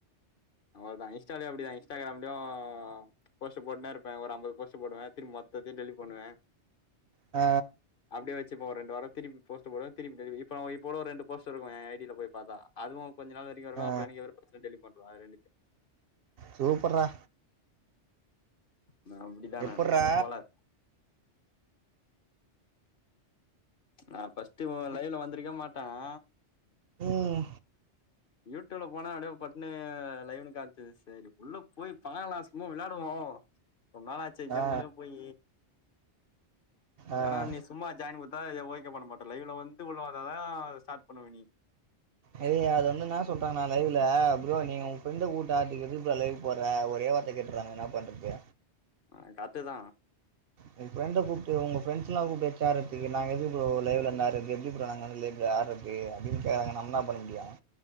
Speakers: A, on the left; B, on the right.
A: அவ்ளோதான் இன்ஸ்டாலயும் அப்டிதான் இன்ஸ்டாகிராம்லயும் போஸ்ட் போட்டுனே இருப்பேன் ஒரு அம்பது போஸ்ட் போடுவேன் திருப்பி மொத்ததையும் டெலிட் பண்ணுவன்
B: ஆ
A: அப்டியே வச்சுப்ப ஒரு ரெண்டு வாரம் திருப்பி போஸ்ட் போடுவ திருப்பி டெலி இப்ப இப்போ கூட ஒரு ரெண்டு போஸ்ட் இருக்கும் என் ஐடியில போய் அதுவும் கொஞ்ச நாள் வரைக்கும் இருக்கும்
B: ஆ
A: அப்றம் எனக்கே வெறுப்பு அடிச்சிரும் டெலிட் பண்ருவே அது ரெண்டுத்தையும்
B: சூப்பர்ட்றா
A: நா அப்டிதாணா
B: எப்புட்றா
A: எனக்கு கொஞ்சோ கோளாரு நா ஃபர்ஸ்ட்டு உங்க லைவ்ல வந்துருக்கவே மாட்டேன்
B: ம்
A: யூடியூப்ல போனா அப்படிய பட்டுன்னு லைவ்ன்னு காமிச்சுது சேரி உள்ள போய் பாக்கலா சும்மா விளையாடுவோம் ரொம்ப நாள் ஆச்சு கேம்
B: ஆ
A: உள்ளே போயி
B: ஆ
A: ஏன்னா நீ சும்மா ஜாயின் குடுத்தா ஓகே பண்ண மாட்ட லைவ்ல வந்துட்டு உள்ள வந்தாதான் ஸ்டார்ட் பண்ணுவ நீ
B: ஐயோ அது வந்து என்ன சொல்றானா லைவ்ல ப்ரோ நீங்க உங்க ஃப்ரெண்ட கூட்டா அதுக்கு எதுக்கு ப்ரோ லைவ் போட்ற ஒரே வார கேட்டுறாங்க என்ன பண்றது
A: ஆ கரெட்டுதான்
B: உங்க ஃப்ரண்ட கூப்ட்டு உங்க ஃப்ரெண்டஸ்லாம் கூப்ட்டு ஆரம்பிச்சி நாங்க எதுக்கு ப்ரோ லைவ்ல வந்து ஆட்றது எப்படி ப்ரோ நாங்க வந்து லைவ்ல ஆட்றது ட்றது அப்டின்னு கேக்குறாங்க நம்ம என்ன பண்ண முடியும்